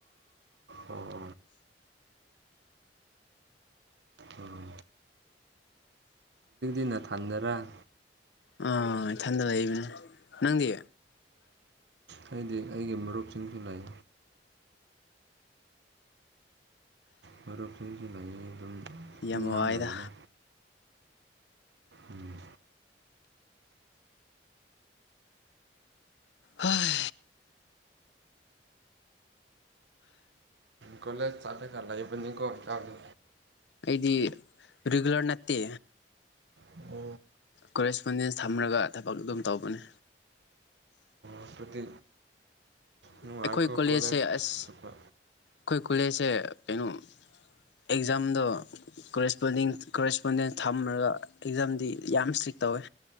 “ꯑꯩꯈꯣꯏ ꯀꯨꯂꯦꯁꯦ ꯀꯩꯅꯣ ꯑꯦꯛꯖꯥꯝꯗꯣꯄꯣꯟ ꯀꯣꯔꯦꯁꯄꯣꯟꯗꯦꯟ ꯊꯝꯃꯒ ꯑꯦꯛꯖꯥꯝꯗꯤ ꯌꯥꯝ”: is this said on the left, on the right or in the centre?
Left